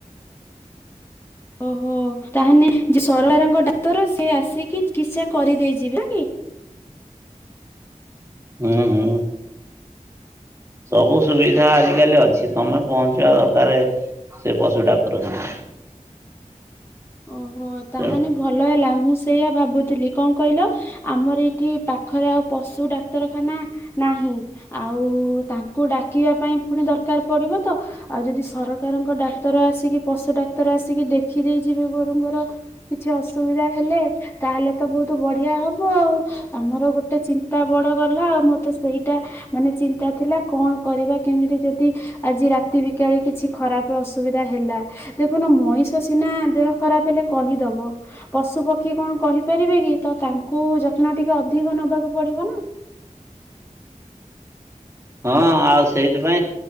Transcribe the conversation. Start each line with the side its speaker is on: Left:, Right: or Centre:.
Left: ଓହୋ ତାହେନେ ଯେ ସରଆରଙ୍କ ଡାକ୍ତର ସିଏ ଆସିକି ଚିକିତ୍ସା କରିଦେଇଯିବେ, ଆଁ କି?
Right: ହୁଁ ହୁଁ। ସବୁ ସୁବିଧା ଆଜିକାଲି ଅଛି ତମେ ପହଞ୍ଚିବା ଦରକାରେ ସେ ପଶୁ ଡାକ୍ତରଖାନା।
Left: ଓହୋ ତାହାନେ
Right: ତେଣୁ
Left: ଭଲ ହେଲା ମୁଁ ସେଇଆ ଭାବୁଥିଲି କଁ କହିଲ ଆମର ଏଇଠି ପାଖରେ ଆଉ ପଶୁ ଡାକ୍ତରଖାନା ନାହିଁ। ଆଉ ତାଙ୍କୁ ଡାକିବା ପାଇଁ ଫୁଣି ଦରକାର ପଡ଼ିବ ତ। ଆଉ ଯଦି ସରକାରଙ୍କ ଡାକ୍ତର ଆସିକି ପଶୁ ଡାକ୍ତର ଆସିକି ଦେଖିଦେଇ ଯିବେ ଗୋରୁଙ୍କର କିଛି ଅସୁବିଧା ହେଲେ ତାହେଲେ ତ ବୋହୁତୁ ବଢ଼ିଆ ହବ ଆଉ ଆମର ଗୋଟେ ଚିନ୍ତା ବଡ଼ ଗଲା ଆଉ ମୋର ତ ସେଇଟା ମାନେ ଚିନ୍ତା ଥିଲା କଣ କରିବା କେମିତି ଯଦି ଆଜି ରାତି ବିକାଳି କିଛି ଖରାପ ଅସୁବିଧା ହେଲା ଦେଖୁନ ମଣିଷ ସିନା ଦେହ ଖରାପ ହେଲେ କହିଦବ। ପଶୁ ପକ୍ଷୀ କଣ କହିପାରିବେ କି? ତ ତାଙ୍କୁ ଯତ୍ନ ଟିକେ ଅଧିକ ନବାକୁ ପଡ଼ିବ ନା।
Right: ହଁ ଆଉ ସେଇଥିପାଇଁ